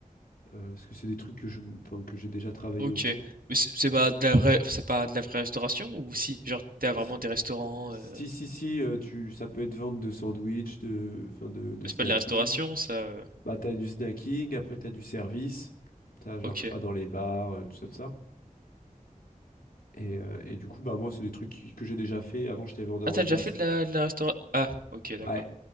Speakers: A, on the left; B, on the right.
A: euh, parce que c'est des trucs que je, enfin, que j'ai déjà travaillé
B: Ok.
A: autour.
B: Mais c'est c'est pas de la vraie, enfin, c'est pas de la vraie restauration ou si? Genre t'as vraiment
A: Si,
B: des restaurants.
A: si,
B: euh,
A: si, si, euh, tu, ça peut être vente de sandwich, de, enfin, de, de
B: C'est
A: snacking.
B: pas de la restauration ça. euh,
A: Bah, t'as du snacking, après t'as du service. T'as genre,
B: Ok.
A: je sais pas, dans les bars, euh, tout ça, tout ça. Et, euh, et du coup, bah, moi, c'est des trucs qui- que j'ai déjà fait. Avant, j'étais vendeur
B: Ah t'as
A: de glace.
B: déjà fait de la, de la restauration? Ah ok d'accord.
A: Ouais.